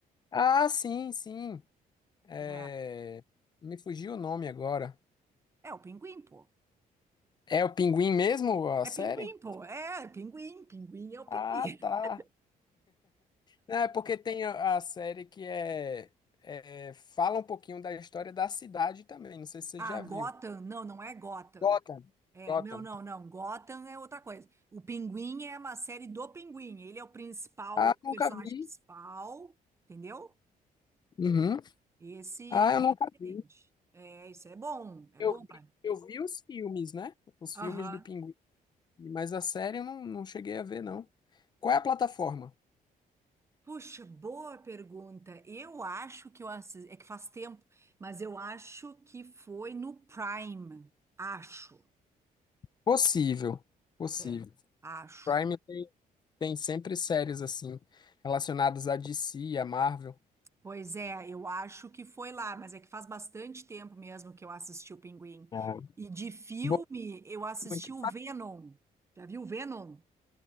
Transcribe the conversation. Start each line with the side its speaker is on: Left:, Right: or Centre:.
Left: Ah, sim, sim. É,
Right: né?
Left: Me fugiu o nome agora.
Right: É, o Pinguim, pô.
Left: É o Pinguim mesmo, a
Right: É
Left: série?
Right: pinguim, pô. É, é pinguim. Pinguim é o
Left: Ah,
Right: pinguim. <laughs>
Left: tá. Não, É porque tem a a série que é, é- fala um pouquinho da história da cidade também. Não sei se você
Right: Ah,
Left: já viu.
Right: Gotham. Não, não é Gotham.
Left: Gotham.
Right: É,
Left: Gotham.
Right: não, não, não. Gotham é outra coisa. O Pinguim é uma série do Pinguim. Ele é o principal,
Left: Ah,
Right: o
Left: eu
Right: personagem
Left: nunca vi.
Right: principal, entendeu?
Left: Uhum.
Right: Esse
Left: Ah, eu nunca
Right: é
Left: vi.
Right: diferente. É, isso é bom. É
Left: Eu
Right: bom
Left: vi,
Right: pra.
Left: eu vi os filmes, né? Os
Right: Aham.
Left: filmes do Pinguim. Mas a série eu não, não cheguei a ver, não. Qual é a plataforma?
Right: Puxa, boa pergunta. Eu acho que eu assisti. É que faz tempo, mas eu acho que foi no Prime. Acho.
Left: Possível. Possível.
Right: É. Acho.
Left: Prime tem, tem sempre séries assim, relacionadas à DC, à Marvel.
Right: Pois é, eu acho que foi lá, mas é que faz bastante tempo mesmo que eu assisti o Pinguim.
Left: Ah.
Right: E de filme,
Left: Bom,
Right: eu assisti
Left: muito,
Right: o Venom. Já viu o Venom?